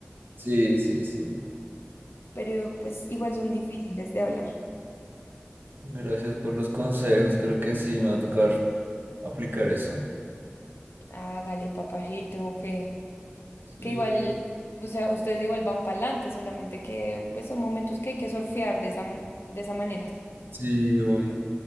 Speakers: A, on the right (about 60°); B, on the left (about 75°).
A: sí, sí, sí.
B: pero pues igual son difíciles de hablar.
A: Gracias por los consejos. Creo que sí, me va a tocar aplicar eso.
B: Hágale, papajito, que,
A: Sí.
B: que igual, o sea, ustedes igual van para adelante, solamente que pues son momentos que hay que surfear de esa, m- de esa manera.
A: Sí, obvio.